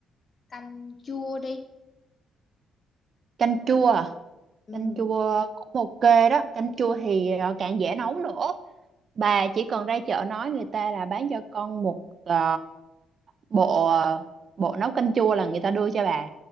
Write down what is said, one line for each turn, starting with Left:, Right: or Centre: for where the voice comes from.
Left: canh chua đi.
Right: canh chua à?
Left: Ừ.
Right: canh chua cũng ok đó canh chua thì ờ, càng dễ nấu nữa bà chỉ cần ra chợ nói người ta là bán cho con một ờ, bộ ờ, bộ nấu canh chua là người ta đưa cho bà